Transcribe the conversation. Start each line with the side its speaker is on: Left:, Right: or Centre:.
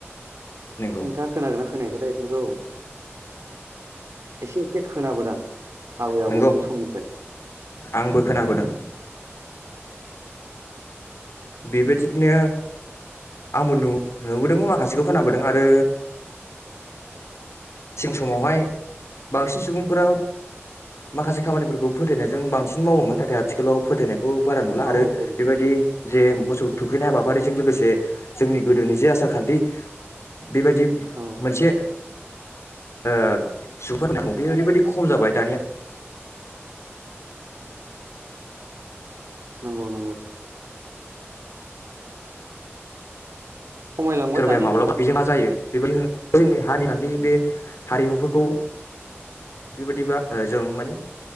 Left: नंगौ
Right: नोंथाङा खोनादोंना खोनायाखैथाय ऐफोरखौ एसे एसे खोनाबोदां आबै
Left: नंगौ
Right: आबौमोननि समनिफ्राय।
Left: आंबो खोनाबोदों बेबायदिनो आंबो नु नुबोदोंमोन माखासेखौ खोनाबोदों आरो सिगां समावहाय बांसिन सुबुंफोरा माखासे खामानिफोरखौ फोथायनायजों बांसिन मावोमोन नाथाय आथिखालाव फोथायनायखौ बारा नुला
Right: औ
Left: आरो
Right: औ
Left: बेबायदि जे मोसौ थुखैनाय हाबाफारिजों लोगोसे जोंनि गोदोनि जे आसारखान्थि बेबायदि
Right: औ
Left: मोनसे ओ <unintelligible> बे ओरैबायदि खम जाबाय दानिया
Right: नंगौ नंगौ। खमायलांबाय
Left: सोरबाया
Right: दानि
Left: माब्लाबा
Right: जुगाव
Left: बिजों मा जायो बेबायदि होन जोंनि हारि खान्थि बे हारिमुफोरखौ बेबायदिबा जों मानि